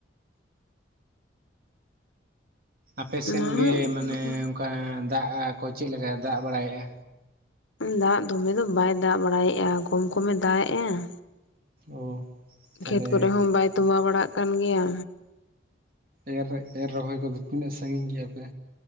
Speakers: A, on the right (about 50°); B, on the left (about 80°).
A: ᱟᱯᱮᱥᱮᱫ
B: ᱚᱱᱟ ᱦᱚᱸ
A: ᱜᱮ
B: ᱩᱱᱠᱩ
A: ᱢᱟᱱᱮ
B: ᱫᱚᱠᱚ
A: ᱚᱱᱠᱟ ᱫᱟᱜ ᱠᱚ ᱪᱮᱫᱞᱮᱠᱟ ᱫᱟᱜ ᱵᱟᱲᱟᱭᱮᱫᱼᱟ?
B: ᱫᱟᱜ ᱫᱚᱢᱮ ᱫᱚ ᱵᱟᱭ ᱫᱟᱜ ᱵᱟᱲᱟᱭᱮᱫᱼᱟ ᱠᱚᱢ ᱠᱚᱢᱮ ᱫᱟᱜ ᱮᱜᱼᱟ᱾
A: ᱚ ᱛᱟᱦᱚᱞᱮ
B: ᱠᱷᱮᱛ ᱠᱚᱨᱮ ᱦᱚᱸ ᱵᱟᱭ ᱛᱚᱵᱟᱣ ᱵᱟᱲᱟᱜ ᱠᱟᱱ ᱜᱮᱭᱟ᱾
A: ᱮᱨ ᱮᱨ ᱨᱚᱦᱚᱭ ᱠᱚ ᱫᱚ ᱛᱤᱱᱟᱹᱜ ᱥᱟᱺᱜᱤᱧ ᱠᱮᱫᱼᱟ ᱯᱮ